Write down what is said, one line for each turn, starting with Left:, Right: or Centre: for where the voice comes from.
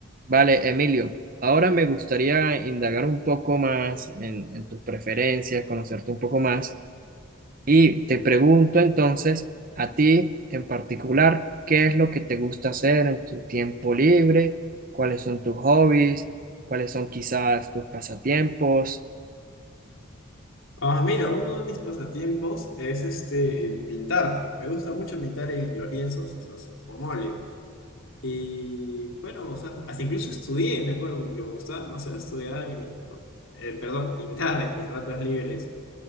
Right: Vale, Emilio, ahora me gustaría indagar un poco más en, en tus preferencias, conocerte un poco más y te pregunto entonces a ti en particular, ¿qué es lo que te gusta hacer en tu tiempo libre? ¿Cuáles son tus hobbies? ¿Cuáles son quizás tus pasatiempos?
Left: Ah, mira, uno de mis pasatiempos es este pintar. Me gusta mucho pintar en los lienzos, o sea, con óleo. Y bueno, o sea, hasta incluso estudié, me acuerdo, porque me gustaba demasiado estudiar, en mi, eh, perdón, <laughs> pintar en mis ratos libres.